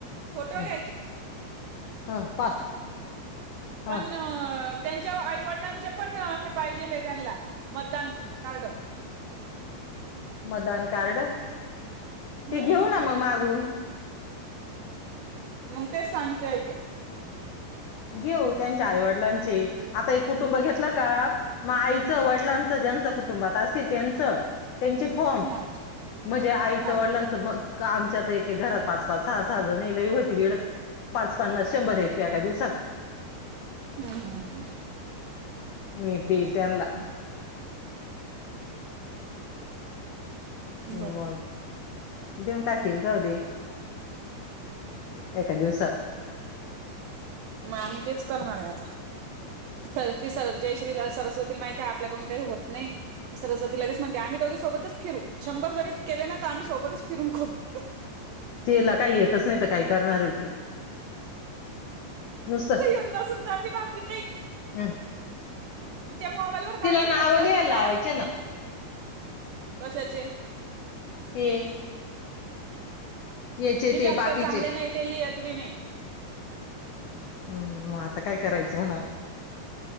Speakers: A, on the right (about 85°); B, on the left (about 85°).
A: फोटो
B: हं,
A: घ्यायचे
B: हं, पा हा
A: प अ त्यांच्या आईवडिलांचे पण हे पाहिजे त्यांना मतदान कारण
B: मदान कार्ड
A: हम्म
B: ते घेऊ ना मग मागून
A: मग ते सांगतेय ते
B: घेऊ त्यांच्या आईवडिलांचे आता एक कुटुंब घेतलं का मग आईचं वडिलांचं ज्यांचं कुटुंबात असल त्यांचं त्यांची फॉर्म
A: हा
B: म्हणजे आईच्या
A: हा
B: वडलां मग आमच्या आ एक एक घरात पाच पाच सहा सहा जण ये होती वेडच पाच पन्नास शंभर एकते एका दिवसात
A: हम्म हम् ह
B: ी बे इतेयला ह
A: बरोबर
B: मग देऊन टाकेल जाौ दे एका दिवसात
A: मग आ तेच करणार आहे आता सर ती स जय श्री सरस्वती माहिती आहे आपल्याकडून काही होत नाही सरस्वती लगेच म्हणते आम्ही दोघी सोबतच फिरून शंभर जरी केले ना तर आम्ही सोबतच फिरून करू
B: तला काही येतच नाही तर काही करणार आहे ती नुसतं
A: ऊन बसून जातेतीिथ
B: हम्म
A: त्या मोबाईल वर करायचं
B: नावं
A: म्हटलं
B: लिहायला
A: तिच्या
B: लावायचे ना
A: कशाचे
B: ते याचे
A: तिचे
B: ते
A: अक्षर
B: बाकीचे
A: चांगले नाही ते लिहत बी नाही
B: हम् मग आता काय करायचं म्हणा